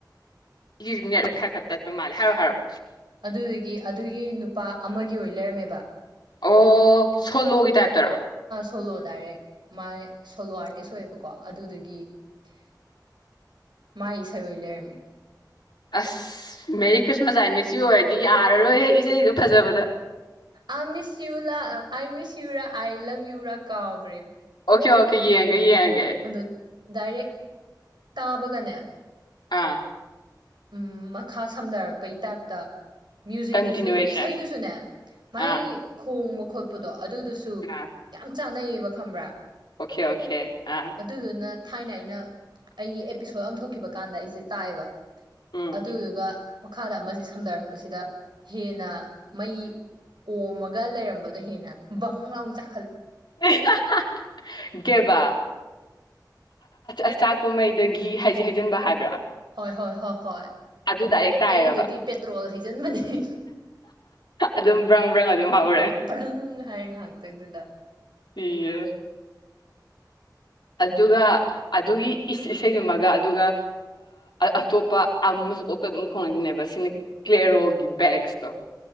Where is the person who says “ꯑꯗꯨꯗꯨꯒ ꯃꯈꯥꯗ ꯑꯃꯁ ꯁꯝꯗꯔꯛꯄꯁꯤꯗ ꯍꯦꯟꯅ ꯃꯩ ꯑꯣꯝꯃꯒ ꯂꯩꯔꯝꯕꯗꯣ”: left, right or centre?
Right